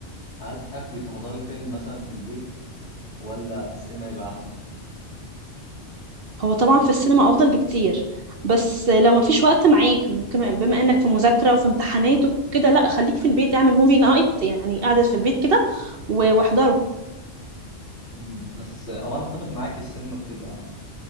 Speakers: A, on the left (about 65°); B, on the right (about 55°).
A: هل تحب تحضري فيلم مثلا في البيت ولا في السينما يبقى احسن
B: هو طبعا في السينما افضل بكتير بس لو ما فيش وقت معاك بما بما انك في مذاكره وفي امتحانات وكده لا خليك في البيت اعمل موفي نايت يعني قاعده في البيت كده و- واحضره
A: مم، بس او انا اتفق معاك السينما بتبقى